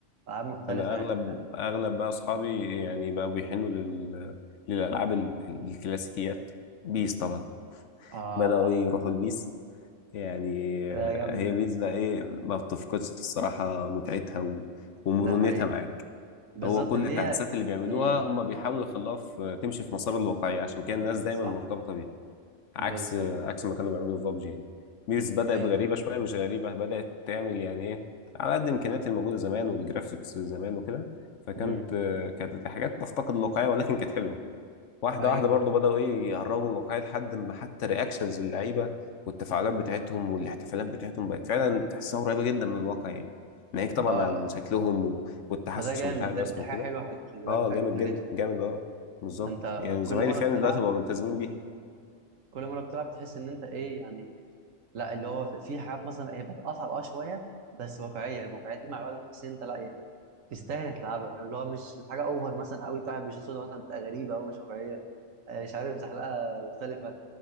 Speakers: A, on the right; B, on the left.
A: العاب مختلفه
B: اغلب
A: يعني فاهم
B: اغلب بقى اصحابي يعني بقوا بيحنوا لل... للالعاب ال- الكلاسيكيات بيس طبعا
A: اه
B: بداوا
A: اه
B: إيه يروحوا البيس يعني
A: آه، لا جامده
B: هي بيس
A: دي
B: بقى ايه ما بتفقدش الصراحه متعتها و... ومرونتها
A: ده حقيقي
B: معاك
A: بالظبط
B: هو كل
A: ان
B: التحديثات
A: هي
B: اللي بيعملوها
A: امم
B: هم بيحاولوا يخلوها في... تمشي في مسار الواقعيه عشان كده الناس دايما
A: صح
B: مرتبطه بيها
A: بالظبط
B: عكس عكس ما كانوا بيعملوا في بابجي يعني بيس بدأت
A: ايوه
B: غريبة شوية مش غريبة بدأت تعمل يعني ايه على قد إمكانيات الموجودة زمان والجرافيكس زمان وكده فكانت
A: امم
B: آه، كانت الحاجات تفتقد الواقعية ولكن كانت حلوة واحدة
A: ايوه
B: واحدة برضو
A: ايوه
B: بدأوا ايه يقربوا من الواقعية لحد ما حتى رياكشنز اللعيبة والتفاعلات بتاعتهم والاحتفالات بتاعتهم بقت فعلا تحسها قريبة جدا من الواقع يعني ناهيك طبعا
A: اه
B: عن شكلهم و- والتحسن
A: فده جامد
B: بتاع الرسم
A: ده دي
B: وكده
A: حاجه حلوه خل- خلي بالك
B: اه
A: حاجه
B: جامد
A: جميله
B: جدا
A: جدا
B: جامد اه بالظبط
A: انت
B: يعني زمايلي
A: كل مره
B: فعلا
A: بتلعب
B: دلوقتي بقوا ملتزمين
A: مم.
B: بيها
A: كل مره بتلعب بتحس ان انت ايه يعني لا اللي هو في حاجات مثلا هي بتبقى اصعب اه شويه بس واقعيه الواقعيه دي مع الوقت بتحس ان انت لا يعني تستاهل انك تلعبها فاهم؟ اللي هو مش مش حاجه اوفر مثلا قوي واحد بيشوط سودا مثلا تبقى غريبه او مش واقعيه آه، مش عارف زحلقه مختلفه